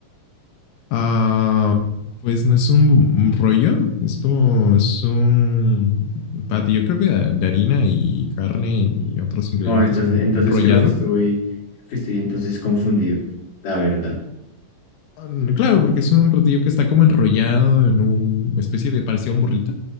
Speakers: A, on the left (about 80°); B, on the left (about 50°).
A: Ah, pues no es un un rollo, es como es un patio, yo creo que de, de harina y carne y otros ingredientes
B: No, entonces,
A: como
B: entonces
A: enrollado.
B: creo que estoy, que estoy entonces confundido, la verdad.
A: Mm, Claro, porque es un platillo que está como enrollado en una especie de parecido a un burrito.